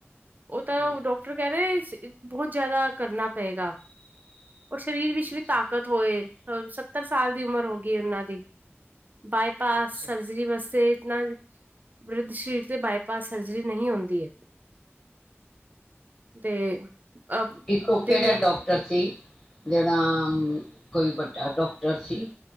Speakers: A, on the right (about 40°); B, on the left (about 25°).
A: ਉਹ ਤਾਂ
B: ਹੂੰ,
A: ਉਹ ਡਾਕਟਰ ਕਹਿ ਰਹੇਹੇ ਸੀ। ਬਹੁਤ ਜਿਆਦਾ ਕਰਨਾ ਪਏਗਾ। ਔਰ ਸਰੀਰ ਵਿੱਚ
B: ਅੱਛਾ,
A: ਵੀ ਤਾਕਤ ਹੋਏ ਸੱਤਰ ਸਾਲ ਦੀ ਉਮਰ ਹੋ ਗਈ ਉਹਨਾਂ ਦੀ ਜੀ। ਬਾਏਪਸ
B: ਅੱਛਾ,
A: ਸਰਜਰੀ ਬੱਸੇ ਇਤਨਾ ਵਰਧ ਸਰੀਰ ਤੇ ਬਾਈਪਾਸ ਸਰਜਰੀ ਨਹੀਂ ਆਉਦੀ ਹੈ। ਤੇ ਅ
B: ਇੱਕੋ ਕਿਹੜਾ
A: ਦਿਲ
B: ਡਾਕਟਰ ਸੀ। ਜਿਹੜਾ ਕੋਈ ਵੱਡਾ ਡਾਕਟਰ ਸੀ